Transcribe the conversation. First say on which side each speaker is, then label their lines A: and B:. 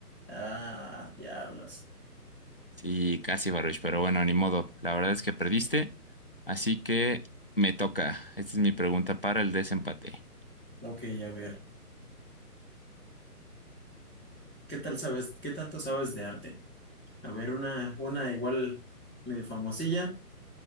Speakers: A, in the centre; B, on the left.
A: Ah, diablos.
B: Sí, casi, Baruch, pero bueno, ni modo. La verdad es que perdiste, así que me toca. Esta es mi pregunta para el desempate.
A: Ok, a ver. ¿Qué tal sabes? ¿Qué tanto sabes de arte? A ver, una, una igual medio famosilla.